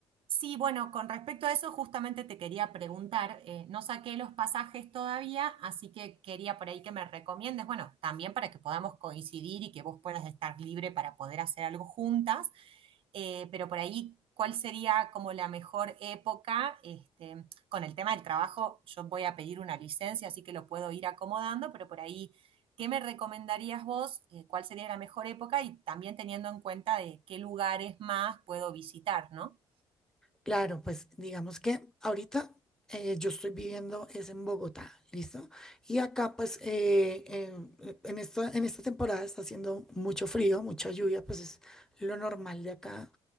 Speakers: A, on the right (about 65°); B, in the centre.
A: Sí, bueno, con respecto a eso justamente te quería preguntar, eh, no saqué los pasajes todavía, así que quería por ahí que me recomiendes, bueno, también para que podamos coincidir y que vos puedas estar libre para poder hacer algo juntas. eh, pero por ahí, ¿cuál sería como la mejor época? Este, con el tema del trabajo, yo voy a pedir una licencia, así que lo puedo ir acomodando, pero por ahí, ¿qué me recomendarías vos? Eh, ¿Cuál sería la mejor época? Y también teniendo en cuenta de qué lugares más puedo visitar, ¿no?
B: Claro, pues digamos que ahorita eh, yo estoy viviendo es en Bogotá, ¿listo? Y acá pues eh, em, eh, en esta, en esta temporada está haciendo mucho frío, mucha lluvia, pues es lo normal de acá.